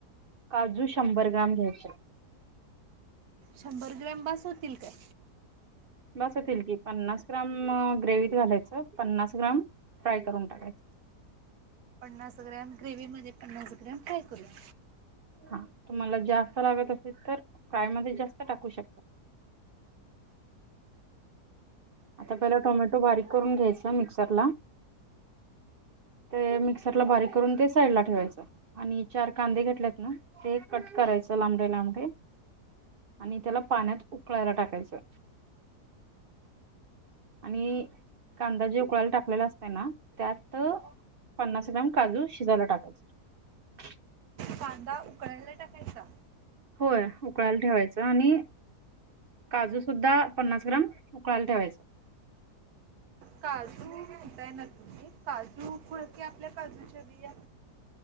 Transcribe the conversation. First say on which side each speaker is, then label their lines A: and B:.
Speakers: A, on the right; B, on the right.
A: काजू शंभर ग्रॅम घ्यायचे.
B: शंभर ग्रॅम बास होतील काय?
A: बास होतील की, पन्नास ग्राम ग्रेव्हीत घालायचं, पन्नास ग्राम, फ्राय करून टाकायचं.
B: पन्नास ग्रॅम ग्रेव्ही मध्ये, पन्नास ग्रॅम फ्राय करूया.
A: हा तुम्हांला जास्त लागत असेल, तर फ्राय मध्ये जास्त टाकू शकता. आता पहिला टोमॅटो बारीक करून घ्यायचा मिक्सरला. ते मिक्सरला बारीक करून, ते साईड ला ठेवायचं. आणि चार कांदे घेतलेत ना ते कट करायचं लांबडे, लांबडे. आणि त्याला पाण्यात उकळायला टाकायचं. आणि कांदा जे उकळायला टाकलेला असतय ना त्यात पन्नास ग्राम काजू शिजायला टाकायचा.
B: कांदा उकळायला टाकायचा.
A: होय उकळायला ठेवायचं आणि. काजूसुद्धा पन्नास ग्राम उकळायला ठेवायच.
B: काजू म्हणताय ना तुम्ही, काजू कुळ की आपल्या काजूच्या बिया.